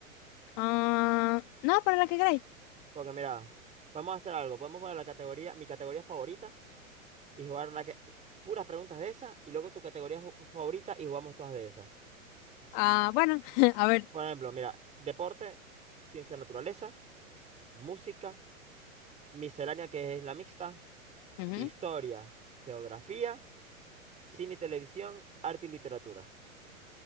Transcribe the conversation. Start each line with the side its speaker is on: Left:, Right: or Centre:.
Left: Ah, no, para la que queráis.
Right: Porque mira, podemos hacer algo, podemos poner la categoría, mi categoría favorita y jugar la que, puras preguntas de esas y luego tu categoría ju- favorita y jugamos todas de esas.
Left: Ah, bueno, <laughs> a ver.
Right: Por ejemplo, mira, deporte, ciencia naturaleza, música, miscelánea que es la mixta.
Left: Ujú.
Right: Historia, geografía, cine y televisión, arte y literatura.